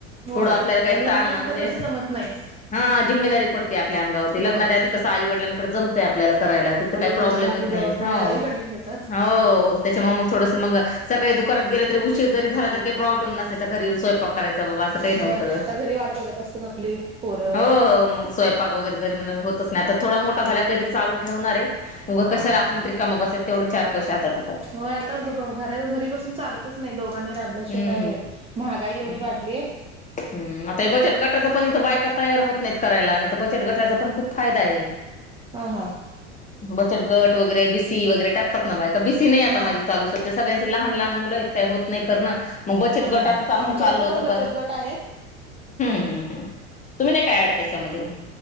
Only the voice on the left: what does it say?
थोडं आपल्याला काही
ताण ना म्हणजे
हा जिमेदारी पडते आपल्या अंगावरती.
लगनाच्या आधी कंस आईवडलांकडे जमंय आपल्याला करायला. तिंथ
काही
प्रॉब्लेम
येत नाही.
हो
हो त्याच्यामुळ मग थोड मग सकाळी दुकानात गेला तरी उशीर जरी झाला तरी काही प्रॉब्लेम नसायचा. घरी येऊन स्वयंपाक करायचा बाबा अस काही नव्हत.
हो हो मग स्वयंपाक वगरे घरी म्हल होतच. नाही आता थोडा मोठा झाला काहीतरी चालू ठेवणारे. उग
कशाला
आपण रिकाम बसायच. तेवढ चार पैसे हातात येत
हम्म.
हम्म
हम्म आता हे बचट गटाच पण इथ बायका तयार होत नाहीत करायला. नाही त बचट गटाचा पण खूप फायदाये.
बचत गट वगैरे बिसी वगैरे टाकतात ना बायका. बिसी नाही आता
माझी. चालू सध्या. सगळ्यांचे लहान लहान मुलंयेत. काही होत नाही करण. मग बचत
गटाचच आमच
चालल
होत
खर.
हम्म हम्म हम्म. तुम्ही नाही का आड त्याच्यामध्ये मग?